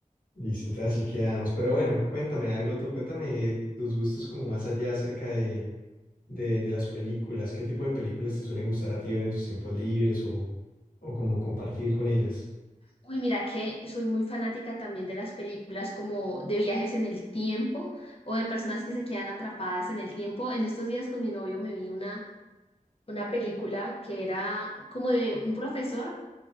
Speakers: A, on the left; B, on the left.
A: Listo, entonces así quedamos. Pero bueno, cuéntame algo tú, cuéntame tus gustos como más allá acerca de, de, de las películas. ¿Qué tipo de películas te suelen gustar a ti ver en tus tiempos libres o, o como compartir con ellas?
B: Uy, mira que soy muy fanática también de las películas como de viajes en el tiempo o de personas que se quedan atrapadas en el tiempo. En estos días con mi novio me vi una, una película que era como de un profesor